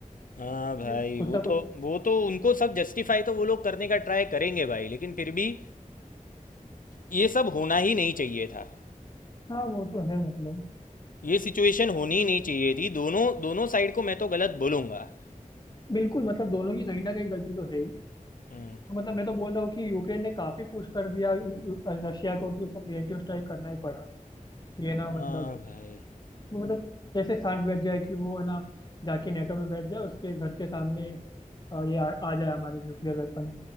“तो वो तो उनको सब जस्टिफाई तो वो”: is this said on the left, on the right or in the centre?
Left